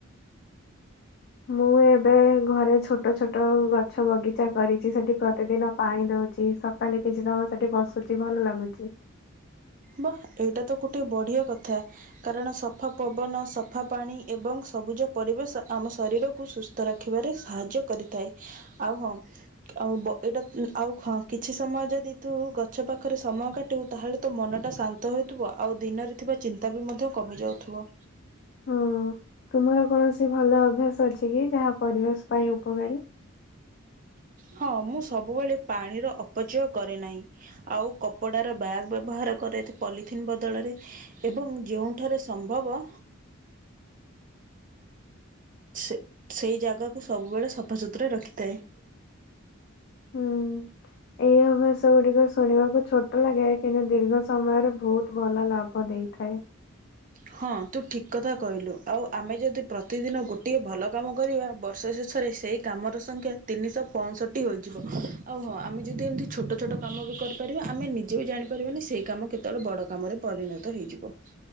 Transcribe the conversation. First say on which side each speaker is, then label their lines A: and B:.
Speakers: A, on the left; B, on the right.
A: ମୁଁ ଏବେ ଘରେ ଛୋଟ ଛୋଟ ଗଛ ବଗିଚା କରିଛି। ସେଠି ପ୍ରତିଦିନ ପାଣି ଦୋଉଛି ସକ୍ ଖାଲି କିଛି ସମୟ ସେଠି ବସୁଛି ଭଲ ଲାଗୁଛି।
B: ବା ଏଇଟା ତ ଗୋଟେ ବଢିଆ କଥା। କାରଣ ସଫା ପବନ ସଫା ପାଣି ଏବଂ ସବୁଜ ପରିବେଶ ଆମ ଶରୀରକୁ ସୁସ୍ଥ ସ୍ଥ ରଖିବାରେ ସାହାଯ୍ୟ କରିଥାଏ। ଆଉ ହଁ ଆଉ ବ ଏଇଟା ଆଉ କିଛି ସମୟ ଯଦି ତୁ ଗଛ ପାଖରେ ସମୟ କାଟିବୁ ତାହେଲେ ତୋ ମନ ଟା ଶାନ୍ତ ହେଉଥିବ ଆଉ ଦିନରେ ଥିବା ଚିନ୍ତା ବି ମଧ୍ୟ କମି ଯାଉଥିବ।
A: ହଁ ତୁମର କୌଣସି ଭଲ ଅଭ୍ୟାସ ଅଛି କି ଯାହା ପରିବେଶ ପାଇଁ ଉପକାରୀ?
B: ହଁ ମୁଁ ସବୁବେଳେ ପାଣିର ଅପଚୟ କରେ ନାହିଁ। ଆଉ କପଡ଼ାର ବ୍ୟାଗ୍ ବ୍ୟବହାର କରେ ଏ ପଲିଥିନ୍ ବଦଳରେ। ଏବଂ ଯେଉଁଠାରେ ସମ୍ଭବ ସେ ସେହି ଜାଗାକୁ ସବୁବେଳେ ସଫାସୁତୁରା ରଖିଥାଏ।
A: ହୁଁ। ଏହି ଅଭ୍ୟାସଗୁଡିକ ଶୁଣିବାକୁ ଛୋଟ ଲାଗେ। କିନ୍ତୁ ଦୀର୍ଘ ସମୟରେ ବହୁତ ଭଲ ଲାଭ ଦେଇଥାଏ।
B: ହଁ ତୁ ଠିକ କଥା କହିଲୁ ଆଉ ଆମେ ଯଦି ପ୍ରତିଦିନ ଗୋଟିଏ ଭଲ କାମ କରିବା ବର୍ଷ ଶେଷ ସରେ ସେହି କାମର ସଂଖ୍ୟା ତିନିଶହ ପଞ୍ଚଷଠି ହୋଇଯିବ। ଆଉ ହଁ ଆମେ ଯଦି ଏମିତି ଛୋଟ ଛୋଟ କାମ ବି କରି ରିବ ଆମେ ନିଜେ ବି ଜାଣିପାରିବାନି ସେଇ କାମ କେତେବେଳେ ବଡ କାମରେ ପରିଣତ ହେଇଯିବ।